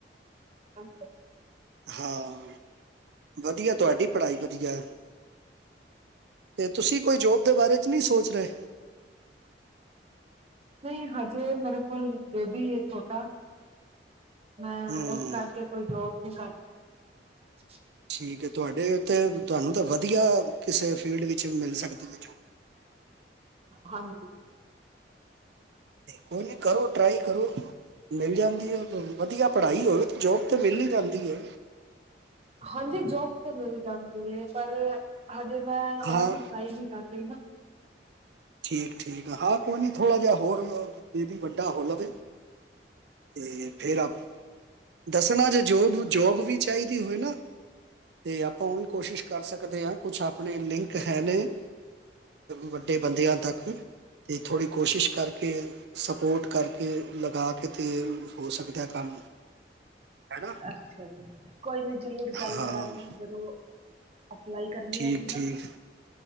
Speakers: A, on the right (about 35°); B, on the right (about 70°).
A: ਅੱਛਾ
B: ਹਾਂ ਵਧੀਆ ਤੁਹਾਡੀ ਪੜ੍ਹਾਈ ਵਧੀਆ ਤੇ ਤੁਸੀਂ ਕੋਈ ਜੋਬ ਦੇ ਬਾਰੇ ਚ ਨਹੀਂ ਸੋਚ ਰਹੇ।
A: ਨਹੀਂ ਹਜੇ ਮੇਰੇ ਕੋਲ ਬੇਬੀ ਏ ਛੋਟਾ ਮੈਂ
B: ਹੂੰ
A: ਇਸ ਕਰਕੇ ਕੋਈ ਰੋਕ ਨੀ ਸਕ
B: ਠੀਕ ਹੈ ਤੁਹਾਡੇ ਉੱਤੇ ਤੁਹਾਨੂੰ ਤਾਂ ਵਧੀਆ ਕਿਸੇ ਫੀਲਡ ਵਿੱਚ ਮਿਲ ਸਕਦੀ ਹੈ ਜੋਬ
A: ਹਾਂਜੀ।
B: ਕੋਈ ਨੀ ਕਰੋ ਟ੍ਰਾਈ ਕਰੋ। ਮਿਲ ਜਾਂਦੀ ਏ ਵਧੀਆ ਪੜ੍ਹਾਈ ਹੋਵੇ ਤਾਂ ਜੋਬ ਤਾਂ ਮਿਲ ਹੀ ਜਾਂਦੀ ਏ।
A: ਹਾਂਜੀ ਜੋਬ ਤੇ ਮਿਲ ਜਾਂਦੀ ਏ ਪਰ ਹਜੇ ਮੈਂ
B: ਹਾਂ
A: ਆਪ ਵੀ ਟਰਾਈ ਨੀ ਕਰ ਰਹੀ ਨਾ
B: ਠੀਕ-ਠੀਕ ਹਾਂ ਕੋਈ ਨਹੀਂ ਥੋੜ੍ਹਾ ਜਿਹਾ ਹੋਰ ਬੇਬੀ ਵੱਡਾ ਹੋ ਲਵੇ ਤੇ ਫੇਰ ਆਪ ਦੱਸਣਾ ਜੇ ਜੋਬ-ਜੋਬ ਵੀ ਚਾਹੀਦੀ ਹੋਏ ਨਾ ਤੇ ਆਪਾਂ ਉਹ ਵੀ ਕੋਸ਼ਿਸ਼ ਕਰ ਸਕਦੇ ਹਾਂ ਕੁੱਛ ਆਪਣੇ ਲਿੰਕ ਹੈ ਨੇ ਵੱਡੇ ਬੰਦਿਆਂ ਤੱਕ ਅਤੇ ਥੋੜ੍ਹੀ ਕੋਸ਼ਿਸ਼ ਕਰਕੇ ਸਪੋਰਟ ਕਰਕੇ ਲਗਾ ਕੇ ਕਿਤੇ ਹੋ ਸਕਦਾ ਕੰਮ ਹੈ ਨਾ
A: ਅੱਛਾ ਜੀ ਕੋਈ ਨੀ ਜਰੂਰ ਗੱਲ
B: ਹਾਂ
A: ਕਰਾਂਗੇ ਜਦੋਂ ਅਪਲਾਈ ਕਰਨੀ
B: ਠੀਕ
A: ਹੋਏਗੀ
B: ਠੀਕ
A: ਨਾ